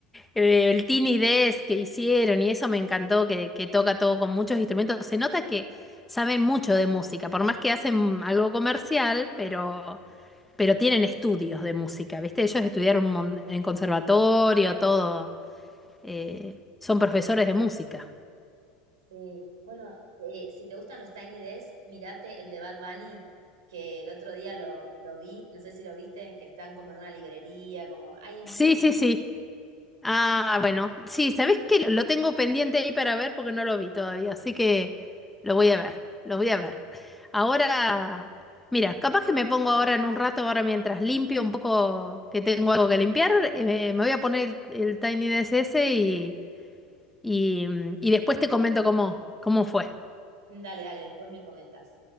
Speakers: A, in the centre; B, on the right.
A: Eh, El Tiny Desk que hicieron y eso me encantó, que, que toca todo con muchos instrumentos. Se nota que saben mucho de música, por más que hacen algo comercial, pero Pero tienen estudios de música, ¿viste? Ellos estudiaron un mon- en conservatorio, todo. eh, son profesores de música.
B: Sí, bueno, eh, si te gustan los Tiny Desk, mirate el de Bad Bunny, que el otro día lo, lo vi, no sé si lo viste, que están como en una librería, como, ay, es
A: Sí,
B: muy lindo.
A: sí, sí. Ah, bueno. Sí, ¿sabés qué? Lo lo tengo pendiente ahí para ver porque no lo vi todavía, así que lo voy a ver, lo voy a ver. Ahora, mira, capaz que me pongo ahora en un rato, ahora mientras limpio un poco, que tengo algo que limpiar, eh, me voy a poner el, el Tiny DSS y, y, mm, y después te comento cómo, cómo fue.
B: Dale, dale, después me comentas.